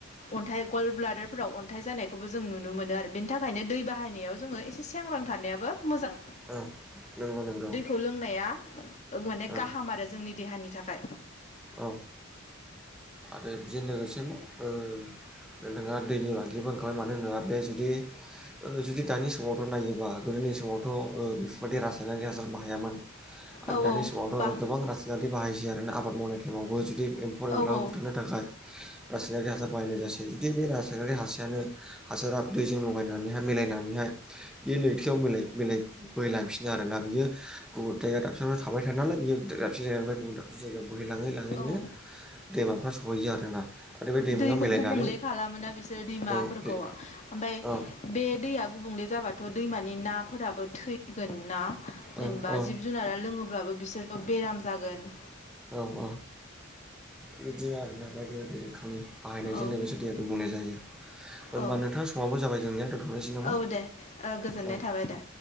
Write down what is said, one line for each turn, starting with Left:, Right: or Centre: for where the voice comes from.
Left: अन्थाइ गल ब्लादारफोराव अन्थाइ जानायखौबो जों नुनो मोनो आरो बेनि थाखायनो दै बाहायनायाव जोङो एसे सांग्रां ग्रां थानायाबो मोजां।
Centre: औ नंगौ नंगौ।
Left: खौ लोंनाया ओ माने
Centre: औ
Left: गाहाम आरो जोंनि देहानि थाखाय।
Centre: औ आरो बेजों लोगोसेनो ओ नोंथाङा दैनि बागिबो ओंखारबाय मानो होनोबा बे जुदि जुदि ओ दानि समावथ' नायोबा नि समावथ' बेफोरबायदि रासायनारि हासार बाहायामोन। आरो
Left: औ
Centre: दानि
Left: औ
Centre: समावथ'
Left: बा
Centre: गोबां रासनाारि बाहायसायो आरोना आबाद मावनाय टाइमावबो जुदि एम्फौ एनला
Left: औ औ
Centre: रासायनारि हासार बाहायनाय जासै जुदि बे रासायनारि हासायानो हासारा दैजों लगायनानै मिलायनानैहाय बे लैथायोयाव मिलाय मिलाय बोहैलांफिनो आरोना बियो गुबुन थाबाय थाना नालाय बियो दाबसे जायगानिफ्राय गुबुन दाबसे जायगा बोहै लाङै लाङैनो
Left: औ
Centre: दैमाफ्रा सहैयो आरोना। आरो बे दैमायाव
Left: दैखौ
Centre: मिलायनानै
Left: गुबुंले खालामोना बिसोर दैमाफोरखौ
Centre: औ दे
Left: ओमफ्राय
Centre: औ
Left: बे दैया गुबुंले जाबाथ' दैमानि नाफोराबो थैगोन ना
Centre: औ
Left: जेनेबा
Centre: औ
Left: जिब जुनारा लोङो ब्लाबो बिसोरथ' बेराम जागोन।
Centre: औ औ बिदिनो आरोना बायदि बायदि रोखोमनि बाहायनायजों
Left: औ
Centre: लोगोसे दैया गुबुंले जायो होनबा
Left: औ
Centre: नोंथां समावबो जाबाय जोंनिया दोनथ'नायसै नामा?
Left: औ दे गोजोननाय
Centre: औ
Left: थाबाय दे।